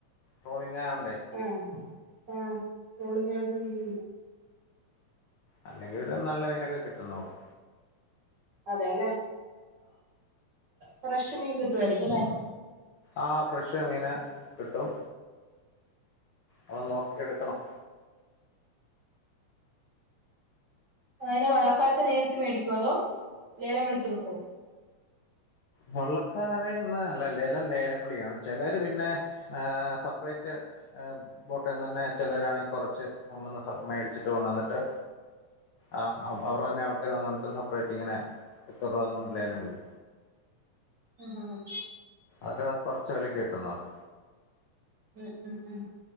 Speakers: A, on the left; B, on the right.
A: ട്രോളിങ് ആണ്ടേ
B: ആ ആഹ് ട്രോളിങ് ആയോണ്ട് മീൻ
A: അല്ലെങ്കി ഒരു നല്ലതിനൊക്കെ കിട്ടും നോക്ക്
B: അതെല്ലെ ഫ്രഷ് മീൻ കിട്ടുായിരിക്കുംല്ലേ
A: ആ ഫ്രഷ് മീന കിട്ടും അത് നോക്കിെടുക്കണം
B: അങ്ങനെ വള്ളക്കാരോട് നേരിട്ട് മേടിക്കോ അതോ ലേലം വിളിച്ചെടുക്കുവോ
A: വള്ളക്കാരന്ന് അല്ല ലേലം ലേലംപളിയാണ് ചിലർ പിന്നെ സെപ്പറേറ്റ് ബോട്ട നിന്ന് തന്നെ ചിലരാണെങ്ക കുറച്ച് കൊണ്ടന്ന് മേടിച്ചിട്ട് കൊണ്ടുവന്നിട്ട് ആ അവരുടെ തന്നെ ആൾക്കാര് വന്നുകിട്ട സപ്പറേറ്റ് ഇങ്ങന എത്തൂന്ന് പറഞ് ലേലം വിളി
B: <unintelligible>
A: അതക്ക് കുറച്ച പോല കട്ട നോക്
B: ഉം ഉം ഉം